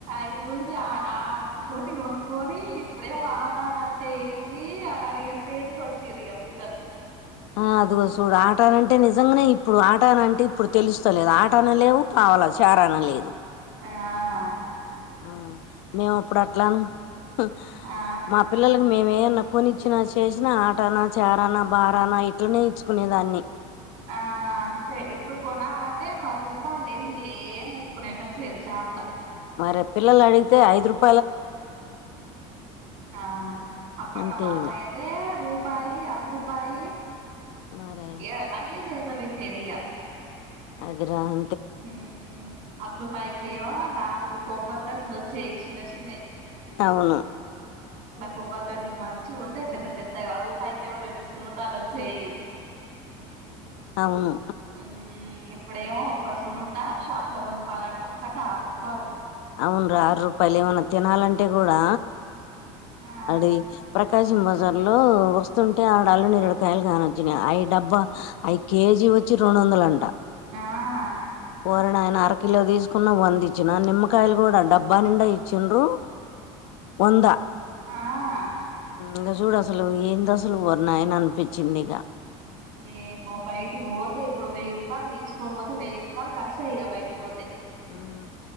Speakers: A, on the right; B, on the left.
A: ఐదు. ఆహ్ అ తోటి కొనుక్కొని ఇప్పుడేం ఆటానా అంటే ఏంది అనే అడిగే స్టేజ్. వచ్చిండ్రు ఇగ పిల్లలు.
B: ఆహ్ అదిగో చూడు ఆటనంటే నిజంగానే ఇప్పుడు ఆటన అంటే ఇప్పుడు తెలుస్తలేదు ఆటనలు లేవు. అవలా చారనా లేదు.
A: ఆహ్.
B: ఆహ్ మేము అప్పుడు అట్లాం ఆహ్
A: ఆ
B: మా పిల్లలకి మేమే ఉన్నాం. కొనిచ్చిన చేసిన ఆటనా చరానా బారానా ఇట్లనే ఇచ్చుకునే దాన్ని.
A: ఆహ్ అంతే ఇప్పుడు కొనాలంటే. పది రూపాయలు లేనిది ఏం ముట్టుకునేటట్టు లేదు షాపులా.
B: మరే పిల్లలు అడిగితే ఐదు రూపా.
A: ఆహ్ అప్పట్లో
B: అంతే
A: మా అమ్మనైతే
B: ఇగ
A: రూప్. రూపాయి అద్ రూపాయి
B: మరే
A: ఏ అయ్యే చేతిలో పెట్టేది ఇగ.
B: అదిరాం.
A: ఉమ్ అద్ రూపాయికేమో నాలుగు కొబ్బల్డ్లు వచ్చేయి చిన్నచిన్నవి.
B: అవును.
A: కొబ్బరి లడ్డులు మంచిగుంటాయి పెద్ద పెద్దగా రూపాయకేమో రెండు సున్నుండలు వచ్చేయి.
B: అవును
A: ఉమ్ ఇప్పుడేమో ఒక. ఉండాప్ షాప్ లో కొనుక్కోవాలంటే ఒక్కటి ఆరు రూపాయలు.
B: అవునురా ఆరు రూపాయలు ఏమన్నా తినాలంటే కూడా.
A: ఆ
B: అది ప్రకాశం బజార్ లో వస్తుంటే ఆడ అల్ల నేరేడు పళ్ళు. కాయలు కాన వచ్చినయి ఐ డబ్బా ఐ కేజీ వచ్చి రెండు వందల అంట.
A: ఆహ్.
B: కోరిన ఆయన అర కిలో తీసుకున్న వంద ఇచ్చిన నిమ్మకాయలు కూడా డబ్బా నిండా. ఇచ్చిండ్రు వంద.
A: ఆ
B: ఇంకా చూడు అసలు ఏంది అసలు ఓరి నాయన అనిపించింది ఇక.
A: ఏమో బయటికి పోతే ఇప్పుడు వెయ్యి రూపాయలు తీసుకొని పోతే వెయ్యి రూపాయిలు ఖర్చు ఇగ బయటికి పోతే.
B: ఉమ్.